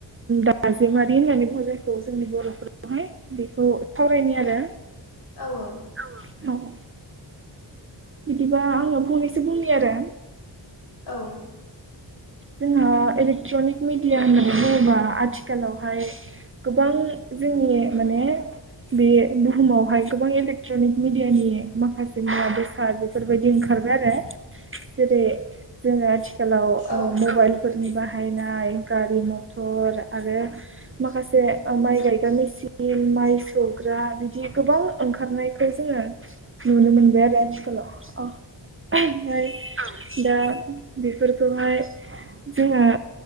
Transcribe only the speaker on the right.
दाजेमारि होननानै बुंङो जायखौ जोंनि बरफोरा बेहाय बेखौ सावरायनि आरो
औ औ बिदिबा आङो फंनैसो बुंनि आरो
जोंहा इलेक्ट्रनिक मिडिया होननानै बुङोबा आथिखालावहाय गोबां जोंनि माने बे बुहुमावहाय गोबां इलेक्ट्रनिक मिडियानि माखासे मुवा बेसाद बेफोरबायदि ओंखारबाय आरो जेरै जोङो आथिखालाव
मबाइल फोरनि बाहायनाय गारि मथर आरो माखासे ओ माइ गायग्रा मेचिन माइ सौग्रा बिदि गोबां ओंखारनायखौ जोङो नुनो मोनबाय आरो आथिखालाव ओमफाय औ दा बेफोरखौहाय जोंहा